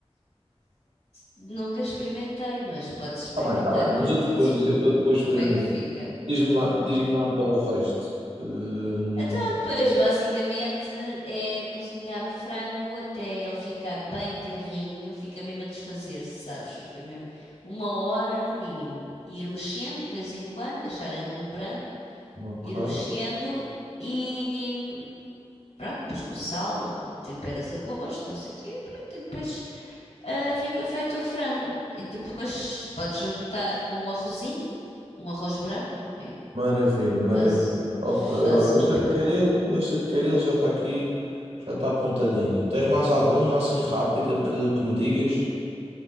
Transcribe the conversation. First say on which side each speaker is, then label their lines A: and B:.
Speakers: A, on the left (about 85°); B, on the right (about 80°).
A: nunca experimentei, mas podes experimentar,
B: Está bem, está bem,
A: depois
B: mas eu
A: dizes-me
B: depois, eu depois experimento.
A: como é que fica.
B: Diz-me lá, diz-me lá então o resto. Hum,
A: Então, depois, basicamente, é cozinhar o frango até ele ficar bem tenrinho, fica mesmo a desfazer-se, sabes? Fica mesmo uma hora no mínimo. Ir mexendo de vez em quando, deixar ele enlumbrando,
B: ok.
A: ir mexendo e, e pronto, depois com o sal, temperas a gosto, não sei o quê, pronto, e depois ah, fica feito o frango. E depois podes juntar com um arrozinho, um arroz branco, né?
B: Maravilha, maravilha.
A: Faz,
B: Ok,
A: faz
B: olha,
A: uma
B: esta
A: panela.
B: de Caril, esta de Caril já está aqui, já está apontadinha. Tens mais alguma assim rápida que, que me digas?